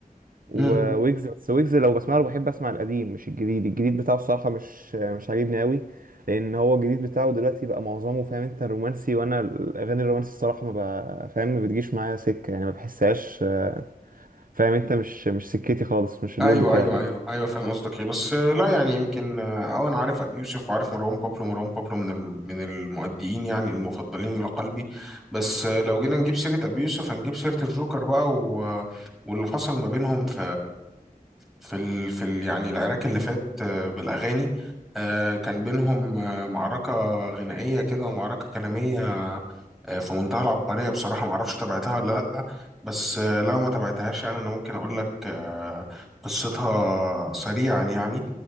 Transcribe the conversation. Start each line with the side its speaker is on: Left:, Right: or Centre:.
Right: وويجز
Centre: امم
Right: بس ويجز لو بسمع له بحب اسمع القديم مش الجديد الجديد بتاعه الصراحة مش مش عاجبني قوي لان هو الجديد بتاعه دلوقتي بقى معظمه فاهم انت رومانسي وانا الاغاني الرومانسي الصراحة ما بقى فاهم ما بتجيش معايا سكة يعني ما بحسهاش آه، فاهم انت مش مش سكتي خالص مش
Centre: ايوه
Right: اللون بتاعي
Centre: ايوه
Right: يعني
Centre: ايوه ايوه فاهم قصدك ايه بس آه، لا يعني يمكن اه آه، انا عارف ابي يوسف وعارف مروان بابلو مروان بابلو من الم- من المؤديين يعني المفضلين لقلبي بس آه، لو جينا نجيب سيرة ابي يوسف هنجيب سيرة الجوكر بقى و... آه، واللي حصل ما بينهم في في ال... في ال... يعني العراك اللي فات آه، بالأغاني آه، كان بينهم آه، معركة غنائية كده ومعركة كلامية آه، في منتهى العبقرية بصراحة معرفش تابعتها ولا لأ بس آه، لو ما تابعتهاش يعني أنا ممكن أقول لك آه، قصتها سريعا يعني